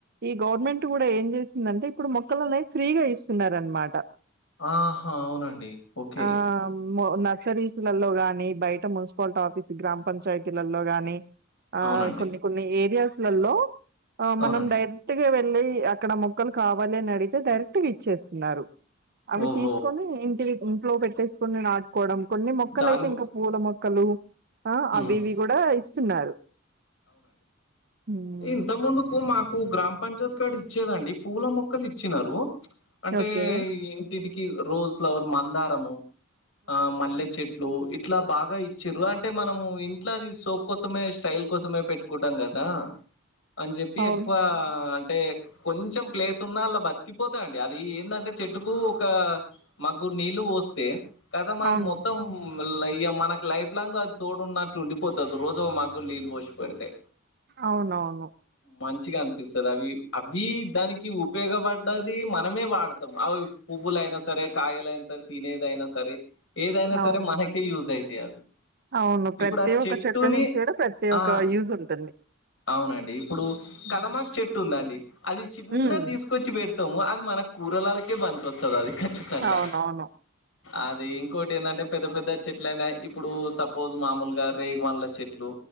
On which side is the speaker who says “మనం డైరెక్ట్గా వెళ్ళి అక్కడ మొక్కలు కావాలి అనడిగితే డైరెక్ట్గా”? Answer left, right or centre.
Right